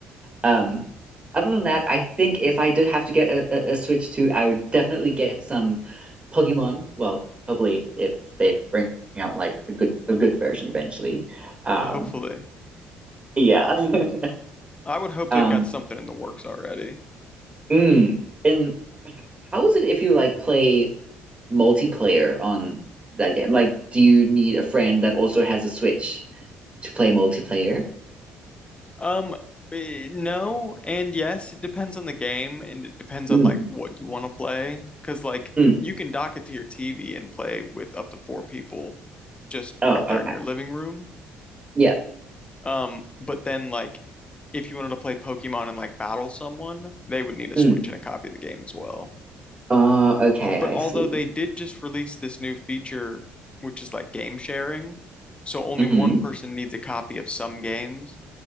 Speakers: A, on the right; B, on the left.
A: um other than that, I think if I did have to get a, a, a Switch 2, I would definitely get some Pokemon. Well, hopefully if they bring out like a good a good version eventually. Um
B: Hopefully.
A: yeah. <laughs>
B: I would hope
A: Um
B: they've got something in the works already.
A: mm. and How is it if you like play multiplayer on that game? Like, do you need a friend that also has a Switch to play multiplayer?
B: Um, eh, no and yes, it depends on the game and it depends
A: Mm.
B: on like what you want to play. Because like
A: Mm.
B: you can dock it to your TV and play with up to four people just
A: Oh,
B: right there
A: okay.
B: in your living room.
A: Yeah.
B: Um, but then like if you wanted to play Pokemon and like battle someone, they would need a Switch
A: Mm.
B: and a copy of the game as well.
A: Uh, okay,
B: Uh, But
A: I
B: although
A: see.
B: they did just release this new feature, which is like game sharing, so only
A: Mm-hmm.
B: one person needs a copy of some games,